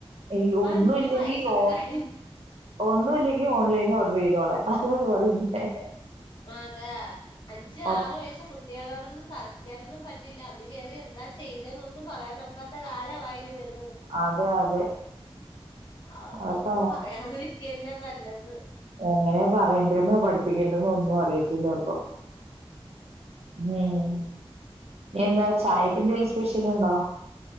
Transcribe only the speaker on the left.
ഇപ്പൊ
അഞ്ചു
വയസ്സൊക്കെ കഴി
അതെ അഞ്ച്
ആറു വയസ്സ് കുട്ടികളാണ് <unintelligible> പറ്റില്ല അവര് കെറി എന്താ ചെയ്യുന്നെന്നൊന്നും പറയാൻ നോക്കാത്ത കാലമായിനി വരു
അതൊന്നും
പറയാതിരിക്കുകന്നെ നല്ലത് ത്